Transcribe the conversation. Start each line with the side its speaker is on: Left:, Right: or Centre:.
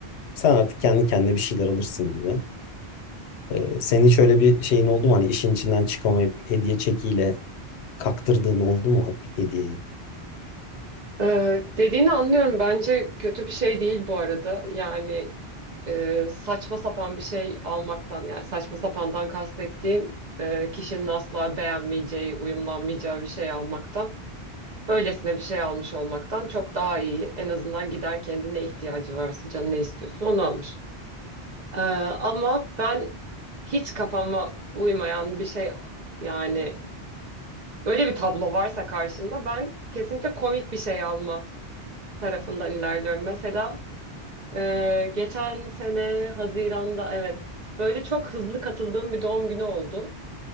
Left: Sen artık kendi kendine bir şeyler alırsın gibi. E, senin hiç öyle bir şeyin oldu mu? Hani işin içinden çıkamayıp hediye çekiyle kaktırdığın oldu mu hediyeyi?
Right: Ee, dediğini anlıyorum. Bence kötü bir şey değil bu arada. Yani e, saçma sapan bir şey almaktan, yani saçma sapandan kastettiğim e, kişinin asla beğenmeyeceği, uyumlanmayacağı bir şey almaktan, öylesine bir şey almış olmaktan çok daha iyi. En azından gider kendine ihtiyacı varsa, canı ne istiyorsa onu alır. Ee, ama ben hiç kafama uymayan bir şey, yani öyle bir tablo varsa karşımda ben kesinlikle komik bir şey alma tarafından ilerliyorum. Mesela e, geçen sene Haziran'da evet böyle çok hızlı katıldığım bir doğum günü oldu.